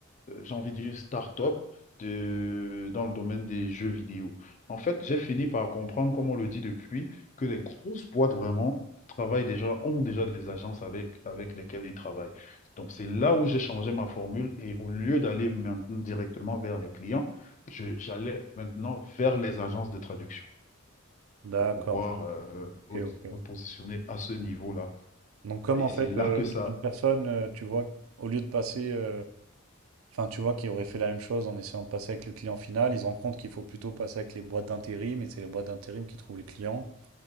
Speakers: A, on the left (about 35°); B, on the right (about 85°).
A: euh, j'ai envie de dire, une start-up de- dans le domaine des jeux vidéo. En fait, j'ai fini par comprendre, comme on le dit depuis, que les grosses boîtes vraiment travaillent déjà, ont déjà des agences avec, avec lesquelles ils travaillent. Donc, c'est là où j'ai changé ma formule et au lieu d'aller maintenant directement vers les clients, je- j'allais maintenant vers les agences de traduction
B: D'accord.
A: pour pouvoir euh,
B: Ok,
A: oui,
B: ok.
A: me positionner à ce niveau-là.
B: Donc comme
A: Et
B: en
A: c'est
B: fait
A: là
B: euh,
A: que ça
B: une personne, euh, tu vois, au lieu de passer euh, Enfin, tu vois, qui auraient fait la même chose en essayant de passer avec le client final. Ils se rendent compte qu'il faut plutôt passer avec les boîtes d'intérim, et c'est les boîtes d'intérim qui trouvent les clients.